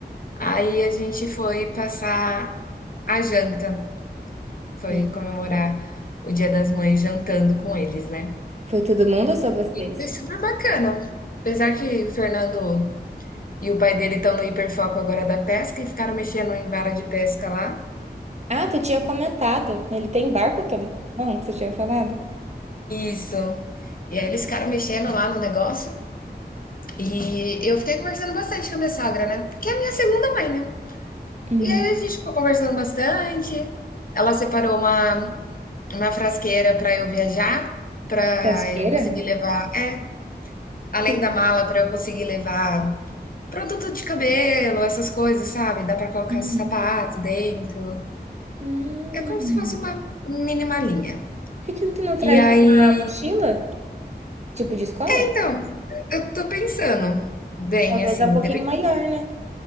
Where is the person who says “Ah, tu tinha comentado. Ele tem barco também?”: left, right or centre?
Right